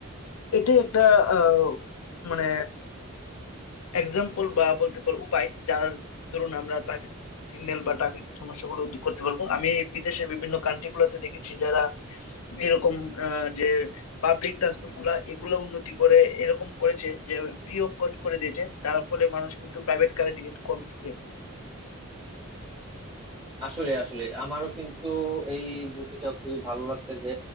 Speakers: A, on the left (about 80°); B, on the right (about 25°).
A: এটাই একটা আহ, মানে এক্সাম্পল বা বলতে পারো উপায় যার ধরুন আমরা ট্রাফিক সিগন্যাল বা ট্রাফিক সমস্যাগুলো দূর করতে পারবো আমি বিদেশের বিভিন্ন কান্ট্রি গুলাতে দেখেছি যারা এরকম আহ, যে পাবলিক ট্রান্সপোর্ট গুলা এগুলা উন্নতি করে এরকম করেছে যে ফ্রি অফ কস্ট করে দিয়েছে তার ফলে মানুষ কিন্তু প্রাইভেট কারের দিকে একটু কম ঝুঁকে
B: আসলে আসলে আমারও কিন্তু এই বুদ্ধিটা খুবই ভালো লাগছে যে